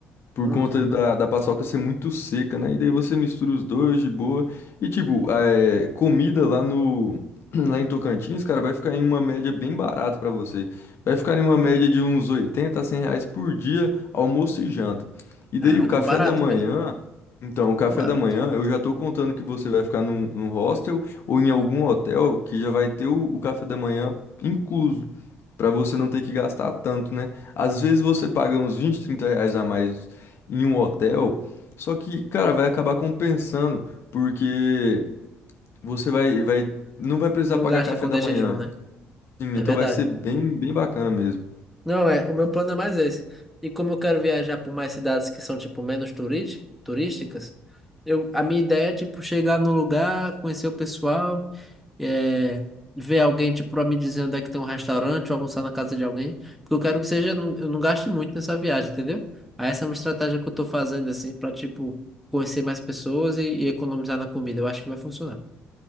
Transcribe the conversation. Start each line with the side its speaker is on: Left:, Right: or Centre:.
Left: Por
Centre: Uhum.
Left: conta da, da paçoca ser muito seca, né? E daí você mistura os dois de boa. E tipo, é, comida lá no <clears throat> lá em Tocantins, cara, vai ficar em uma média bem barata pra você. Vai ficar em uma média de uns 80, a 100 reais por dia, almoço e janta. E daí
Centre: Caramba,
Left: o café
Centre: barato
Left: da manhã.
Centre: mesmo.
Left: Então, o café
Centre: Barato.
Left: da manhã, eu já tô contando que você vai ficar num, num hostel ou em algum hotel que já vai ter o, o café da manhã incluso. Pra você não ter que gastar tanto, né? Às vezes você paga uns 20, 30 reais a mais em um hotel. Só que, cara, vai acabar compensando, porque você vai, vai, não vai precisar
Centre: Não
Left: pagar
Centre: gasta
Left: café
Centre: quando
Left: da
Centre: é
Left: manhã.
Centre: jejum, né?
Left: Sim,
Centre: É
Left: então
Centre: verdade.
Left: vai ser bem, bem bacana mesmo.
Centre: Não, é, o meu plano é mais esse. E como eu quero viajar por mais cidades que são, tipo, menos turísti- turísticas, eu, a minha ideia é, tipo, chegar num lugar, conhecer o pessoal. é, ver alguém, tipo, pra me dizer onde é que tem um restaurante ou almoçar na casa de alguém, porque eu quero que seja, não- eu não gaste muito nessa viagem, entendeu? Aí essa é uma estratégia que eu tô fazendo, assim, pra, tipo, conhecer mais pessoas e, e economizar na comida. Eu acho que vai funcionar.